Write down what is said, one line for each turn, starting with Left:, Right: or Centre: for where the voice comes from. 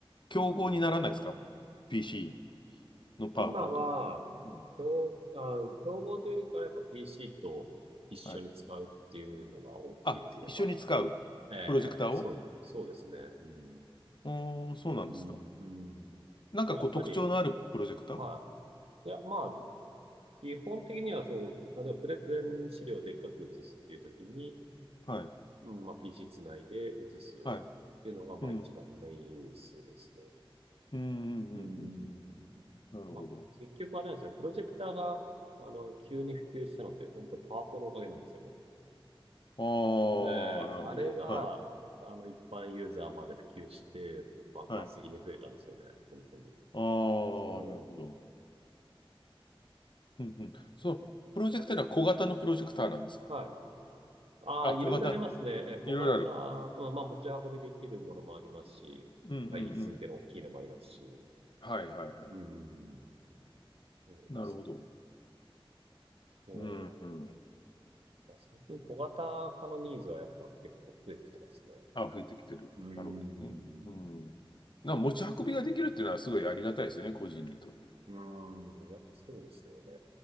Left: 競合にならないですか
Right: うん。
Left: ?PC のパワポと。
Right: 今は、
Left: うん。
Right: 競、あ、競合というよりかはやっぱ PC と一緒に使うっていうのが大きいですね、
Left: はい。あ、一緒に使うプロジェクターを
Right: まだ。ええそう、そうですね。うん。
Left: うーん、そうなんですか。
Right: うん、うん。
Left: なんかこう特徴のあるプロジェクター
Right: まあ、やっぱり、はい。いや、まあ、基本的にはそう、あの、プレゼン資料をでっかく写すっていう時に、
Left: はい。
Right: うん、まあ、PC つないで写すっていうのが、
Left: はい。
Right: まあ、
Left: うん。
Right: 一番メインユースですね。
Left: うん、うん、うん、
Right: うーん。
Left: うん。うんなるほど。
Right: まあ、結局あれなんですね。プロジェクターが、あの、急に普及したのって、本当パワポのおかげなんですよね。
Left: ああ、
Right: ええ、
Left: なるほど。
Right: あれが、
Left: はい。
Right: あの、一般ユーザーまで普及して、爆発的に増えたんですよね。
Left: はい。
Right: 本当に。
Left: ああ、
Right: そ
Left: なるほど。うん、うん。その、プロジェクターは小型のプロジェクターなんですか
Right: う。はい。ああ、
Left: あ、
Right: いろいろありますね。
Left: 小型、
Right: えー小型、
Left: いろいろある。
Right: まあ、まあ、持ち運びできるものもありますし、
Left: うんうんうん。
Right: 会議室向けの大きいのもありますし。
Left: はいはいはい。
Right: うん。そうですね。
Left: なるほど。
Right: うん
Left: うんうん。
Right: まあ最近小型化のニーズはやっぱ結構増えてきてますね。
Left: あ、増えてきてる。
Right: うーん。
Left: なるほどね。うん。な、持ち運びができるっていうのはすごいありがたいですよね、個人にとって。
Right: うーん。やっぱそうですよね。